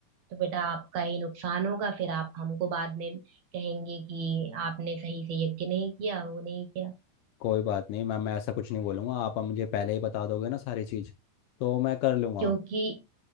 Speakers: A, on the right; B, on the left.
A: तो बेटा आपका ही नुकसान होगा फिर आप हमको बाद में कहेंगे कि आपने सही से ये नहीं किया वो नहीं किया
B: कोई बात नहीं मैम मैं ऐसा कुछ नहीं बोलूँगा आप मुझे पहले ही बता दोगे ना सारी चीज़ तो मैं कर लूँगा
A: क्योंकि